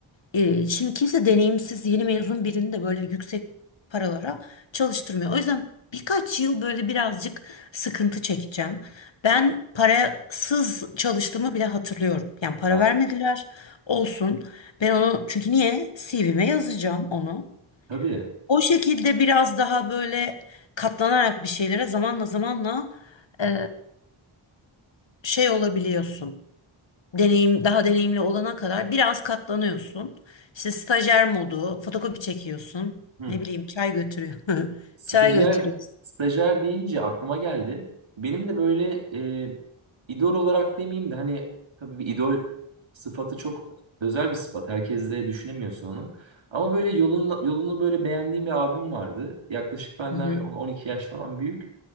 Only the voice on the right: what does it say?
ya,
tabii.
Hı.
Stajyer,
stajyer deyince aklıma geldi. Benim de böyle e, idol olarak demeyeyim de hani tabii bir idol sıfatı çok özel bir sıfat. Herkes de düşünemiyorsun onu. Ama böyle yolunu, yolunu böyle beğendiğim bir abim vardı. Yaklaşık benden
bir 10-12 yaş falan büyük.